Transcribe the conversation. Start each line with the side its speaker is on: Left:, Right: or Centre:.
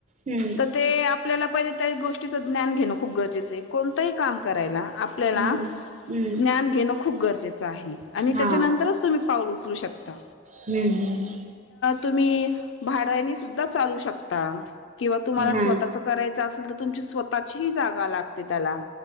Right: हम्म.
Left: तर ते आपल्याला पहिले त्या गोष्टीचं ज्ञान घेणं खूप गरजेचं आहे. कोणतही काम करायला आपल्याला
Right: हम्म हम्म
Left: ज्ञान घेणं खूप गरजेचं आहे आणि
Right: हा
Left: त्याच्यानंतरच तुम्ही पाऊल उचलू शकता.
Right: हम् हम्.
Left: तुम्ही भाड्याने सुध्दा चालवू शकता किंवा तुम्हाला
Right: हा
Left: स्वतःच करायच असेल तर तुमची स्वतःची ही जागा लागते त्याला.